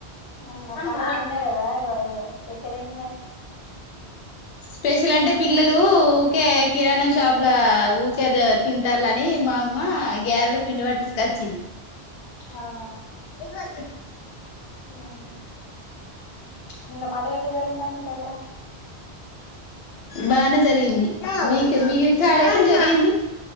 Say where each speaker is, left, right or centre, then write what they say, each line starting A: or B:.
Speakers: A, on the left (about 30°); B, on the left (about 65°).
A: అవునా పండగ
B: మ్
A: నిన్న కదా ఇవ ఇవ స్పెషల్ ఏంటి మరి
B: స్పెషల్ అంటే పిల్లలు ఊకే కిరాణా షాప్ లో ఊకే తింటారుని మా అమ్మ గ్యారెల పిండి పటి తీసుకొచ్చింది
A: అవునా
B: ఏలా
A: ఉహు. నిన్న పండుగ ఎట్లా జరిగిందండి మీ దగ్గర
B: బానే జరిగింది మీకు మీకుంకాడ ఎట్లా జరిగింది